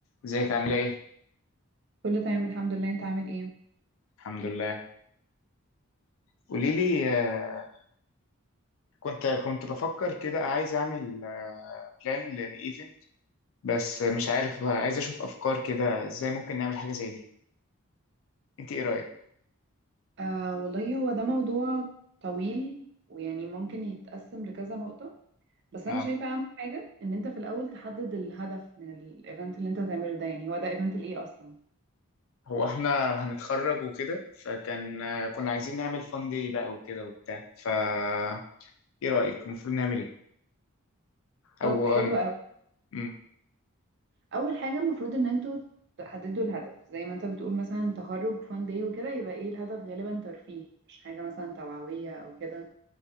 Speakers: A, on the left (about 65°); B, on the right (about 50°).
A: ازيك عامله ايه
B: كله تمام الحمد لله انت عامل ايه
A: الحمد لله قولي لي آه، كنت كنت بفكر كده عايز اعمل بلان للايفنت بس مش عارف آه، عايز اشوف افكار كده ازاي ممكن نعمل حاجه زي دي انت ايه رايك
B: آه والله هو ده موضوع طويل ويعني ممكن يتقسم لكذا نقطة بس
A: اه
B: انا شايفة اهم حاجة ان انت في الاول تحدد الهدف من الايفنت اللي انت هتعمله ده يعني هو ده ايفنت لايه اصلا
A: هو احنا هنتخرج وكده فكان آه، كنا عايزين نعمل فان داي بقى وكده وبتاع فا ايه رايك المفروض نعمل ايه
B: طب
A: او
B: حلو
A: آه،
B: قوي
A: مم،
B: اول حاجة المفروض ان انتوا تحددوا الهدف زي ما انت بتقول مثلا تخرج فان داي وكده يبقى ايه الهدف غالبا ترفيه مش حاجة مثلا توعوية او كده